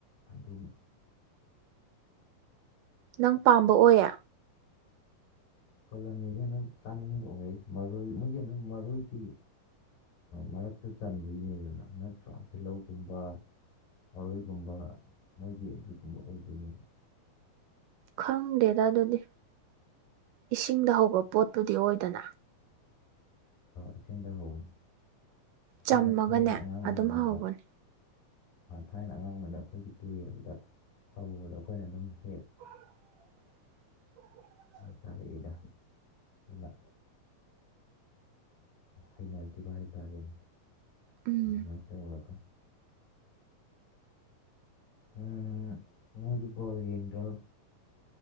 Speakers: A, on the left (about 75°); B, on the right (about 80°).
A: ꯑꯗꯨꯒ
B: ꯅꯪ ꯄꯥꯝꯕ ꯑꯣꯏꯌꯦ
A: ꯄꯣꯂꯝꯃꯤꯁꯦ ꯑꯗꯨꯝ ꯆꯥꯅꯤꯡꯕ ꯑꯣꯏꯩ ꯃꯔꯣꯏ ꯃꯣꯏꯁꯦ ꯑꯗꯨꯝ ꯃꯔꯣꯏꯒꯤ ꯃꯔꯛꯇ ꯆꯟꯕꯒꯤꯅꯦꯗꯅ ꯅꯠꯇ꯭ꯔꯣ ꯇꯤꯜꯍꯧꯒꯨꯝꯕ ꯃꯔꯣꯏꯒꯨꯝꯕ ꯃꯣꯏꯒꯤ ꯑꯗꯨꯒꯨꯝꯕ ꯑꯣꯏꯗꯣꯏꯅꯦꯕ
B: ꯈꯪꯗꯦꯗ ꯑꯗꯨꯗꯤ ꯏꯁꯤꯡꯗ ꯍꯧꯕ ꯄꯣꯠꯠꯇꯨꯗꯤ ꯑꯣꯏꯗꯅ
A: ꯏꯁꯤꯡꯗ ꯍꯧꯕꯅꯤ
B: ꯆꯝꯃꯒꯅꯦ
A: ꯑꯩꯈꯣꯏꯅ ꯊꯥꯏꯅ ꯑꯉꯥꯡ ꯑꯣꯏꯔꯤꯉꯩꯗ
B: ꯑꯗꯨꯝ ꯍꯧꯕꯅꯦ
A: ꯊꯥꯏꯅ ꯑꯉꯥꯡꯕꯗ ꯑꯩꯈꯣꯏꯒꯤ ꯇꯨꯔꯦꯜꯗ ꯍꯧꯕꯗꯣ ꯑꯩꯈꯣꯏꯅ ꯑꯗꯨꯝ ꯍꯦꯛ
B: <unintelligible>
A: ꯁꯁꯔꯒꯤꯗꯃꯤ ꯕ ꯍꯩꯅꯈꯤꯕ ꯍꯥꯏꯇꯥꯔꯦꯅꯦ
B: ꯎꯝ
A: ꯑꯗꯨꯃꯥꯏꯅ ꯇꯧꯔꯒ ꯎꯝ ꯃꯒꯤ ꯄꯣꯑꯣꯣ